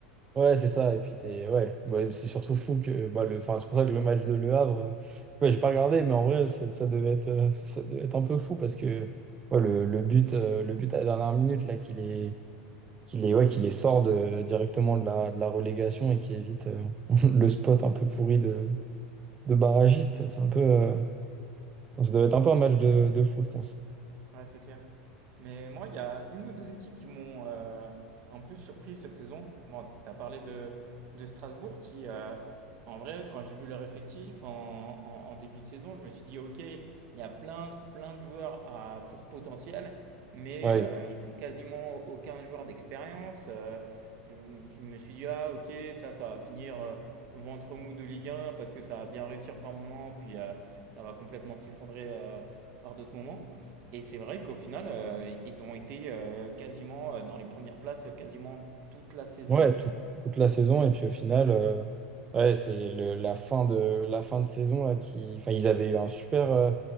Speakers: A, on the right (about 25°); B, on the right (about 50°).
A: Ouais, c'est ça, et puis t'es, ouais, ouais, c'est surtout fou que, bah, le, enfin, c'est pour ça que le match de Le Havre, euh, ouais, j'ai pas regardé, mais en vrai, ça, ça devait être, euh, ça devait être un peu fou parce que, ouais, le, le but, euh, le but à la dernière minute, là, qui les, qui les, ouais, qui les sort de, directement de la, de la relégation et qui évite, euh, <laughs> le spot un peu pourri de, de barragiste, c'est un peu, euh, enfin, ça devait être un peu un match de, de fou, je pense.
B: Ouais, c'est clair. Mais moi, il y a une ou deux équipes qui m'ont euh, un peu surpris cette saison. Bon, tu as parlé de, de Strasbourg qui, euh, en vrai, quand j'ai vu leur effectif en, en- en début de saison, je me suis dit, OK, il y a plein, plein de joueurs à fort potentiel, mais
A: Ouais,
B: euh, ils ont quasiment aucun joueur d'expérience. Euh, je, je me suis dit, ah, OK, ça, ça va finir euh, ventre mou de Ligue 1 parce que ça va bien réussir par moment, puis euh, ça va complètement s'effondrer euh, par d'autres moments. Et c'est vrai qu'au final, euh, ils ont été euh, quasiment euh, dans les premières places euh, quasiment toute la saison.
A: Ouais, tout- toute la saison. Et puis au final, euh, ouais, c'est le- la fin de, la fin de saison là, qui, enfin, ils avaient eu un super, euh,